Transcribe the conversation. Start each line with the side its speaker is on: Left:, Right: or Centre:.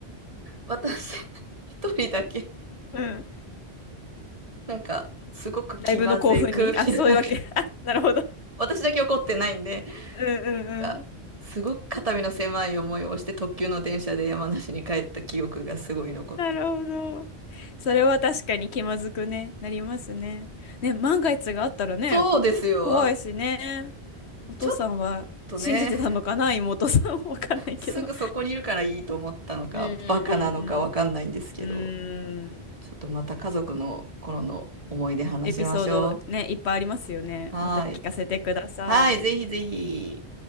Right: 私、一人だけ、
Left: うん。
Right: なんか、すごく気まずい空気の中、
Left: ライブの興奮にあ、そういうわけ。あ、なるほど。
Right: 私だけ怒ってないんで、
Left: うん、うん、
Right: なんか、
Left: うん。
Right: すごく肩身の狭い思いをして特急の電車で山梨に帰った記憶がすごい残ってる。
Left: なるほど。それは確かに気まずくね、なりますね。ね、万が一があったらね、
Right: そうですよ。
Left: こ怖いしね。
Right: あ、
Left: お父さんは信じてたのかな、
Right: ちょっとね、
Left: 妹さん。<laughs> わかんないけど。
Right: すぐそこにいるからいいと思ったのか、
Left: うん、う
Right: バカなのかわかんないんですけど。
Left: ん、うん、うん。うーん。
Right: ちょっとまた家族の頃の思い出話しましょ
Left: エピソードね、いっぱいありますよね。
Right: う。はーい。
Left: また聞かせてください。
Right: はーい、ぜひぜひ。